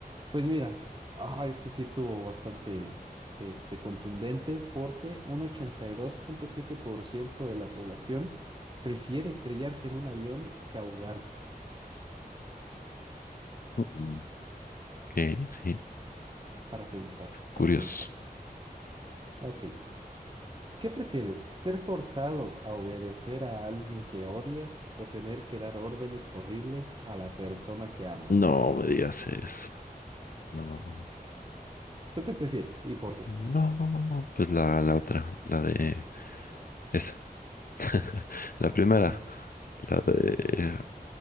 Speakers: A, on the right; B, on the left.
A: pues mira, ah, este sí estuvo bastante, este, contundente porque un ochenta y dos punto siete por ciento de la población prefiere estrellarse en un avión que ahogarse,
B: Mm, Ok, sí.
A: para pensar,
B: Curioso.
A: para pensar. Ok. ¿Qué prefieres? ¿Ser forzado a obedecer a alguien que odias o tener que dar órdenes horribles a la persona que amas?
B: No me digas eso. No.
A: ¿Tú qué prefieres y por qué?
B: No. Pues la, la otra, la de esa. <laughs> La primera,
A: Bueno,
B: la de eh,